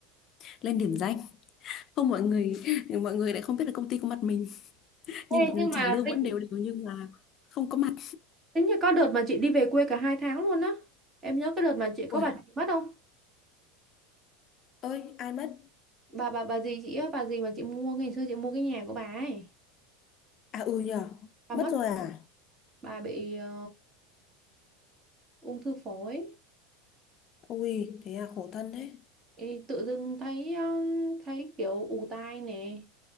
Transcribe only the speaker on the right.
Ê,
nhưng mà
tính
tính như có đợt mà chị đi về quê cả hai tháng luôn á em nhớ cái đợt mà chị có
bà gì mất không
bà bà bà gì chị á bà gì mà chị mua ngày xưa chị mua cái nhà của bà ấy
bà
mất
bà bị ờ, ung thư phổi
Ê, tự dưng thấy um, thấy kiểu ù tai nè